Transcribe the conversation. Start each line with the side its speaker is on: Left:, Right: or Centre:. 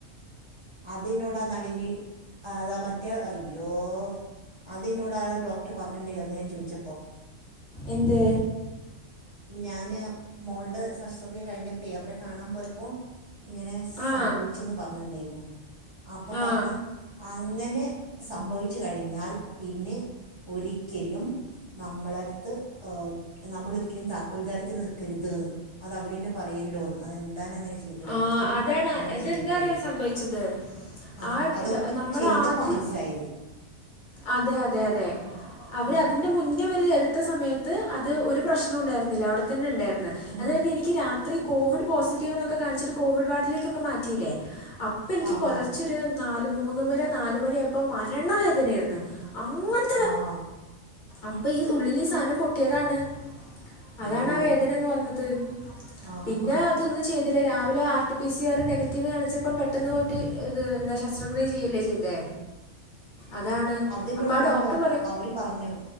Right: അതിനോട നളിനി അതാ മറ്റേ അയ്യോ അതിനോടാ ആ ഡോക്ർ പറഞ്ഞിണ്ടാരുന്നു അന്ന് ഞാൻ ചോയിച്ചപ്പം
Left: എന്ത്
Right: ഞാന് മോൾടെ ശാസ്ത്രക്രിയ കഴിഞ്ഞപ്പോ അവരെ കാണാൻ പോയപ്പൊ ഇങ്ങനെ
Left: ആ
Right: സംഭവിച്ചുന്ന് പറഞ്ഞ്ണ്ടായിരുന്നു അപ്പോ
Left: ആ
Right: പറഞ്ഞ് അങ്ങനെ സംഭവിച്ച് കഴിഞ്ഞാൽ പിന്നെ ഒരിക്കലും നമ്മളട്ത്ത് ഏഹ് നമ്മളൊരി ക്കലും താക്കോൽദാരത്തിന് നിൽക്കര്ത് ന്ന് അത് അവരെന്നെ പറയല്ലോന്ന് അതെന്താനങ്ങനെ ചെയ്തത്
Left: ആ
Right: ഒരിക്കലും
Left: അതാണ്
Right: അങ്ങനെ
Left: ഇതെന്താ
Right: ചെയ്യര്തേര്ന്ന്
Left: അറിയോ സംഭവിച്ചത്
Right: ആഹ്
Left: ആ
Right: അത്
Left: ഡ-
Right: ഓര്ക്ക്
Left: നമ്മൾ
Right: ചെയ്തപ്പാ
Left: ആദ്യം
Right: മനസ്സിലായത്
Left: അതെ അതെ അതെ അവരതി
Right: ആ
Left: ന്റെ മുന്നേ വരെ എടുത്ത സമയത്ത് അത് ഒരു പ്രശ്നോം ഉണ്ടായിരുന്നില്ല അവിടെത്തന്നെ ഇണ്ടാർന്ന്
Right: ഉം
Left: അത് കഴിഞ്ഞ് എനിക്ക് രാത്രി കോവിഡ് പോസിറ്റീവ് എന്നൊക്കെ കാണിച്ചിട്ട് കോവിഡ് വാർഡിലേക്കൊക്കെ മാറ്റീലേ അ അപ്പനിക്ക്
Right: ആഹാ
Left: പൊലർച്ചോര് നാല് മൂന്ന് മരെ നാലുമണിയാപ്പോ മരണവേദനായാരുന്ന് അങ്ങനെ
Right: ആഹ് ഹാ
Left: അപ്പ ഈ ഉള്ളില് ഈ സാനം പൊട്ടിയതാണ് അതാണ്
Right: അയ്യോ
Left: ആ വേദന അങ്ങ് വന്നത്
Right: ആഹാ
Left: പിന്നെ ഇതൊന്നും ചെയ്തില്ല രാവിലെ R T P C R negative കാണിച്ചപ്പം പെട്ടെന്ന് പോയിട്ട് ഇത് എന്താ ശസ്ത്ര ക്രിയ ചെയ്യല്ലേ ചെയ്തേ അതാണ്
Right: അതെന്നോടന്ന്
Left: അപ്പം ആ ഡോക്ടർ
Right: ഡോക് അവര് പറഞ്ഞു